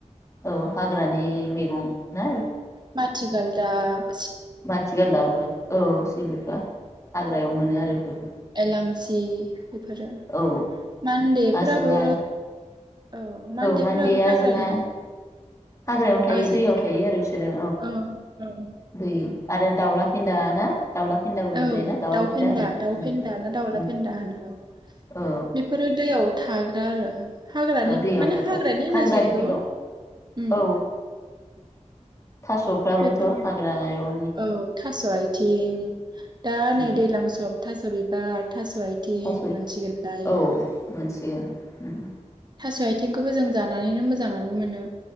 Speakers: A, on the left; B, on the right.
A: औ हाग्रानि मैगं ना?
B: माथि गालदाब
A: माथि गाललाबो औ सिब्रुफ्रा हाग्रायाव मोनो आरो बेफोरखौ
B: एलांसि बेफोरो
A: औ
B: मान्देफोराबो
A: आजोना
B: औ मान्डेफोराबो
A: मान्दे
B: हाग्रानि
A: आजोना
B: ना
A: हाग्रायावनो थायो
B: आजिनाय
A: दैयाव थायो आरो बिसोरो
B: औ औ
A: दै आरो दाउला फेन्दा ना दाउला फेन्दाबो मोनजायोना
B: औ
A: दाउला
B: दाउ फेन्दा
A: होनो
B: दाउ
A: उम
B: फेन्दा ना दाउला
A: उम
B: फेन्दा होनो औ
A: औ
B: बेफोरो दैयाव थाग्रा आरो हाग्रानि
A: ओ दैयाव
B: माने
A: थाग्रा
B: हाग्रानि होननांसिगोन एखौ
A: मैगं
B: उम
A: औ थास'फ्राबोथ'
B: बेफोर
A: हाग्रायाव
B: औ थास' आइथिं दा
A: उम
B: नै दैलां सम थास' बिबार थास' आथिं
A: थास'
B: मोनसिगोनलाय
A: औ मोनसिगोन उम
B: थास' आथिंखौबो जों जानानैनो मोजाङानो मोनो